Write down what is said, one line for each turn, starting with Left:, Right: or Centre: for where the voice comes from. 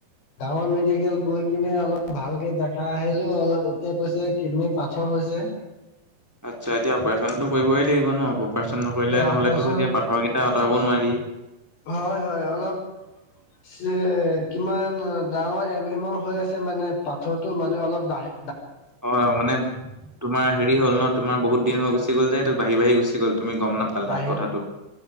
Left: ডাঙৰ মেডিকেল গৈ কিনে অলপ ভালকে দেখা আহিলোঁ অলপ এতিয়া কৈছে কিডনী পাথৰ হৈছে।
Centre: আচ্ছা এতিয়া অপাৰচনতটো কৰিবই লাগিব ন, অপাৰেচন নকৰিলে
Left: এতিয়া
Centre: নহ'লেতো
Left: অপাৰচন
Centre: এতিয়া পাঠৰ কেইটা আঁতৰাব নোৱাৰি।
Left: হয়, হয় অলপ <unintelligible> কিমান উ ডাঙৰ এম এমৰ হৈ আছে মানে, পাথৰটো মানে অলপ বাহি
Centre: অ', মানে তোমাৰ হেৰি হল ন, তোমাৰ বহুত দিন হৈ গুচি গ'ল যে এইটো বাঢ়ি-বাঢ়ি গ গোচি গল তুমি গম নাপালা
Left: বাঢ়ি
Centre: কথাটো।